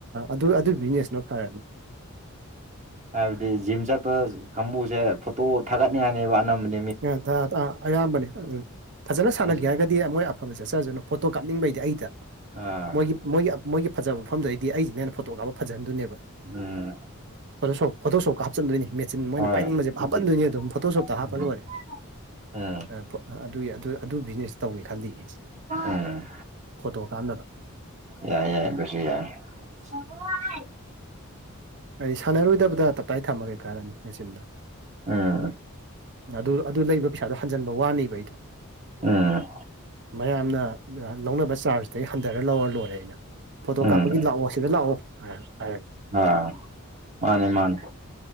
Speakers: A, on the right; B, on the right.
A: ꯑꯗꯨ ꯑꯗꯨ ꯕꯤꯖꯤꯅꯦꯁꯅ ꯐꯔꯅꯤ
B: ꯍꯥꯏꯕꯗꯤ ꯖꯤꯝ ꯆꯠꯄ ꯀꯥꯡꯕꯨꯁꯦ ꯐꯣꯇꯣ ꯊꯥꯒꯠꯅꯤꯡꯉꯅꯦꯕ ꯑꯅꯝꯕꯅ
A: ꯑ ꯑꯌꯥꯝꯕꯅꯦ ꯐꯖꯅ ꯁꯥꯟꯅꯒꯦ
B: ꯑꯩꯁꯨ
A: ꯍꯥꯏꯔꯒꯗꯤ ꯃꯣꯏ ꯑꯐꯕ ꯆꯠꯆꯔꯗꯨꯅ ꯐꯣꯇꯣ ꯀꯥꯞꯅꯤꯡꯕꯩꯗꯤ ꯑꯩꯗ
B: ꯑꯥ
A: ꯃꯣꯏꯒꯤ ꯃꯣꯏꯒꯤ ꯃꯣꯏꯒꯤ ꯐꯖꯕ ꯃꯐꯝꯗꯩꯗꯤ ꯑꯩꯁꯤꯦ ꯍꯅ ꯐꯣ ꯀꯥꯞ ꯐꯖꯍꯟꯗꯣꯏꯅꯦꯕ
B: ꯎꯝ
A: ꯐꯣꯇꯣꯁꯣꯞ ꯐꯣꯇꯣꯁꯣꯞꯀ ꯍꯥꯞꯆꯤꯟꯗꯣꯏꯅꯦ ꯃꯦꯆꯤꯟ ꯃꯣꯏꯅ
B: ꯍꯣꯏ
A: ꯄꯥꯏꯅꯤꯡꯕꯖꯦ
B: ꯑꯗꯨꯗꯤ
A: ꯍꯥꯞꯄꯟꯗꯣꯏꯅꯦ ꯑꯗꯨꯝ ꯐꯣꯇꯣꯁꯣꯞꯇ ꯍꯥꯞꯄ
B: ꯎꯝ
A: ꯂꯣꯏꯔꯦ
B: ꯎꯝ
A: <unintelligible> ꯑꯗꯨꯒꯤ ꯑꯗꯨ ꯕꯤꯖꯤꯅꯦꯁ ꯇꯧꯒꯦ ꯈꯜꯂꯤꯌꯦ
B: ꯎꯝ
A: ꯐꯣꯇꯣ ꯀꯥꯞꯅꯕ
B: ꯌꯥꯏ ꯌꯥꯏ ꯑꯗꯨꯁꯨ ꯌꯥꯏ ꯍꯋꯥꯏ
A: ꯍꯥꯏꯗꯤ ꯁꯥꯟꯅꯔꯣꯏꯗꯕꯗ ꯇꯞꯇꯥꯏ ꯊꯝꯃ ꯀꯩ ꯀꯥꯟꯅꯅꯤ ꯃꯦꯆꯤꯟꯗꯣ
B: ꯎꯝ
A: ꯑꯗꯨ ꯑꯗꯨ ꯂꯩꯕ ꯄꯩꯁꯥꯗꯣ ꯍꯟꯖꯟꯕ ꯋꯥꯅꯦꯕ ꯑꯩꯗꯣ
B: ꯎꯝ
A: ꯃꯌꯥꯝꯅ ꯂꯧꯅꯕ ꯆꯥꯔꯖꯇꯒꯤ ꯍꯟꯊꯔ ꯂꯧꯔ ꯂꯣꯏꯔꯦ ꯑꯩꯅ ꯐꯣꯇꯣ
B: ꯎꯝ
A: ꯀꯥꯞꯄꯒꯤ ꯂꯥꯛꯑꯣ ꯁꯤꯗ ꯂꯥꯛꯑꯣ ꯍꯥꯏ ꯍꯥꯏꯔꯦ
B: ꯑꯥ ꯃꯥꯅꯦ ꯃꯥꯅꯦ